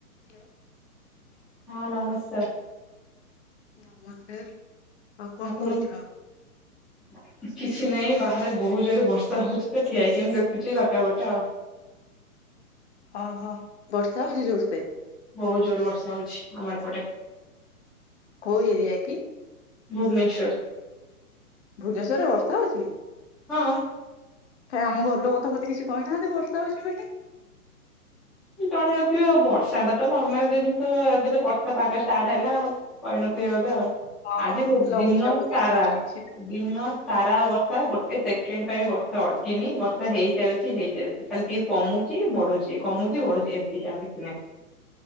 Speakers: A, on the left; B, in the centre.
A: ହ୍ୟାଲୋ
B: ହଁ ନମସ୍କାର।
A: <unintelligible> ଆଉ
B: <unintelligible>
A: କଣ କରୁଛ?
B: କିଛି ନାହିଁ ବାହାରେ ବହୁତ ଜୋରେ ବର୍ଷା ହଉଛି ତ ଠିଆଇକି ଏମିତି ଦେଖୁଛି ଝରକା ପଟେ ଆଉ।
A: ଓହୋ ବର୍ଷା ହଉଛି ଜୋରସେ।
B: ବହୁତ ଜୋର ବର୍ଷା ହଉଛି ଆମର ଏପଟେ।
A: କୋଉ ଏରିଆ କି?
B: ଭୁବନେଶ୍ୱର।
A: ଭୁବନେଶ୍ଵରରେ ବର୍ଷା ହଉଛି।
B: ହଁ।
A: କାଇଁ ଆମ ଘର ଲୋକ ତ ମୋତେ କିଛି କହିନାହାନ୍ତି ବର୍ଷା ହେଉଛି ବୋଲ।
B: ଜନେଇ ନଥିବି ଆଉ ବର୍ଷା ଟା ତ ନର୍ମାଲ ଜିନିଷ ଏବେ ତ ବର୍ଷା ପାଗ ଷ୍ଟାର୍ଟ ହେଲା ଆଉ। କହି ନଥିବେ ବୋଧେ ଆଉ
A: ହଁ
B: ଆଜି
A: ଲଘୁଚାପ
B: ଦିନ
A: ବି
B: ସାରା
A: ସୃଷ୍ଟି ହେଇଛି।
B: ଦିନ ସାରା ବର୍ଷା ଗୋଟେ ସେକେଣ୍ଡ ପାଇଁ ବି ବର୍ଷା ଅଟକିନି ବର୍ଷା ହେଇ ଚାଲିଛି ହେଇ ଚାଲିଛି ଖାଲି କମୁଛି ବଢୁଛି କମୁଛି ବଢୁଛି ଏତିକି ଆଉ କିଛି ନାହିଁ।